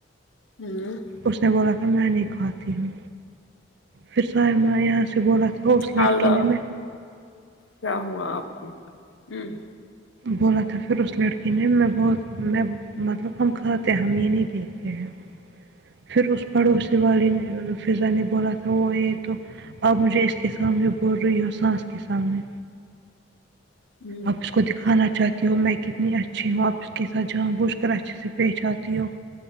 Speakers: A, on the left; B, on the right.
A: ہمممم
B: اس نے بولا تھا میں نہیں کھاتی ہوں پھر یہاں سے بولا تھا اس
A: خلا
B: لڑکی نے میں
A: کیا ہوا آپ کو ہمم
B: بولا تھا پھر اس لڑکی نے میں بہت میں مطلب ہم کھاتے ہم یہ نہیں دیکھتے ہیں پھر اس پڑوسی والے نے فضا نے بولا تھا وہ یہ تو آپ مجھے اس کے سامنے بول رہی ہو ساس کے سامنے
A: ہمم
B: آپ اس کو دکھانا چاہتی ہوں میں کتنی اچھی ہوں آپ اس کے ساتھ جان بوجھ کر اچھے سے پیش آتی ہوں